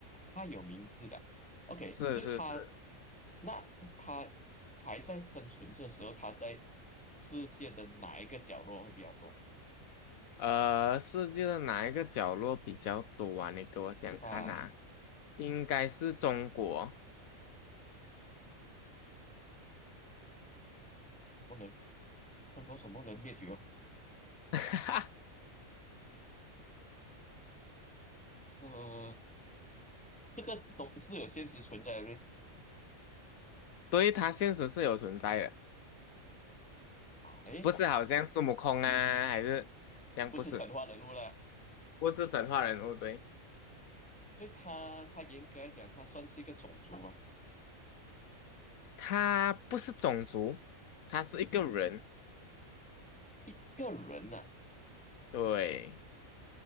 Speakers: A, in the centre; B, on the left.
A: 他有名字的。OK，
B: 是是是，
A: 所以他那他还在生存的时候，他在世界的哪一个角落会比较多？
B: 呃，世界的哪一个角落比较多啊？你给我讲看啊，
A: 啊，
B: 应该是中国，
A: 不能，不能什么人灭绝哦？
B: <laughs>
A: 呃，这个都是有现实存在的嘞。
B: 对，它现实是有存在的，
A: 哎，
B: 不是好像孙悟空啊，还是这样？
A: 不是神话人物了，
B: 不是，不是神话人物，对，
A: 所以他他严格来讲，他算是一个种族嘛。
B: 他不是种族，他是一个人，
A: 一个人呢、
B: 对，